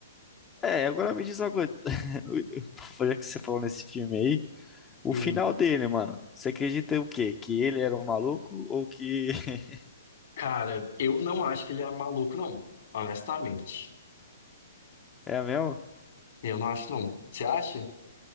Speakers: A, on the left; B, on the left.
A: É, agora me diz uma coisa. <laughs> no- no- Já que você falou nesse filme aí, o
B: Hum,
A: final dele, mano. Você acredita em o quê? Que ele era um maluco ou que <laughs>
B: cara, eu não acho que ele é maluco, não. Honestamente.
A: é mesmo?
B: Eu não acho, não. Você acha?